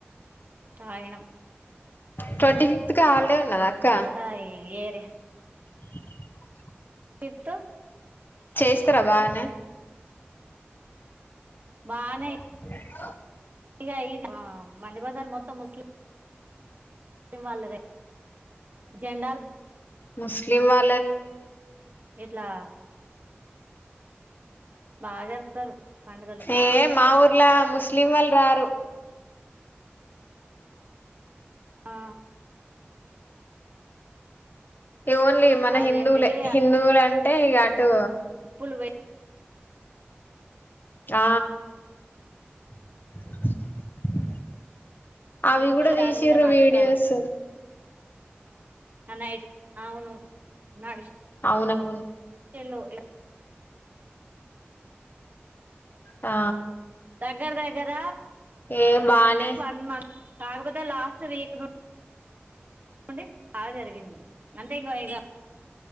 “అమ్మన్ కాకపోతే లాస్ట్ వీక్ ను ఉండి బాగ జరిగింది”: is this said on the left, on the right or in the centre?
Right